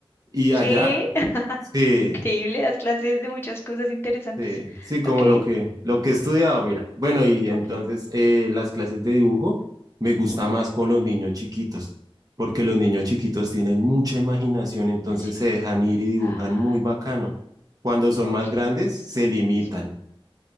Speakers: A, on the right; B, on the left.
A: Y
B: ¿Qué?
A: allá,
B: <laughs>
A: sí,
B: Increíble, das clases de muchas cosas interesantes.
A: Sí, sí, como
B: Ok,
A: lo que, lo que he estudiado, mira. Bueno, y entonces
B: ok.
A: eh, las clases de dibujo me gusta
B: ujú,
A: más con los niños chiquitos, porque los niños chiquitos tienen mucha imaginación, entonces
B: Nación.
A: se dejan ir y dibujan
B: <sighs>
A: muy bacano. Cuando son
B: Ok,
A: más grandes, se limitan,
B: sí.